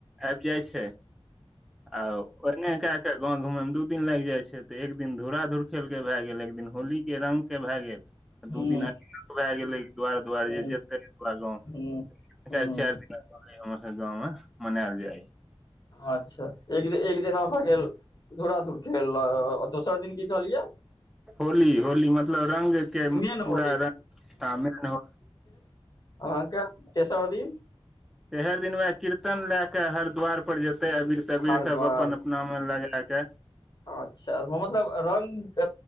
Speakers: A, in the centre; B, on the left.
A: आबि जाइ छै आ ओने केँ कऽ गाँव घूमेय मे दू दिन लागि जाय छै तऽ एक दिन धूरा धुर खेल के भए गेल एक दिन होली केँ रंग केँ भए गेल
B: हूँ
A: दू दिना भए गेलै दुआर दुआर
B: हूँ
A: जे जेतै पुरा गाँव
B: हूँ
A: <unintelligible>
B: हूँ
A: चार दिना हमर सबकेँ गाँवमे मनेैल जाइ
B: अच्छा एक एक दिना भऽ गेल धराधुर खेल लऽ आ दोसर दिन की कहलियै
A: होली होली मतलब रंग केँ
B: मेन
A: पूरा
B: होली
A: रंग मेन हो
B: अहाँकेँ तेसर दिन
A: तेर दिन वैह कीर्तन लैऽ कऽ हरद्वार पर जेतै अबीर तबीर
B: हरद्वार
A: सब अपन अपना मे लगा के
B: अच्छा मतलब रंग